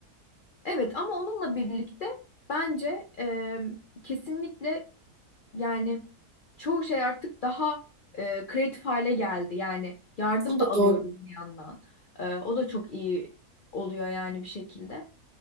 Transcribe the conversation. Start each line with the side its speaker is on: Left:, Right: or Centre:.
Left: evet ama onunla birlikte bence e, kesinlikle yani çoğu şey artık daha e, kreatif hale geldi. Yani yardım
Right: Bu da
Left: da alıyoruz
Right: doğru.
Left: bir yandan. E, o da çok iyi oluyor yani bir şekilde.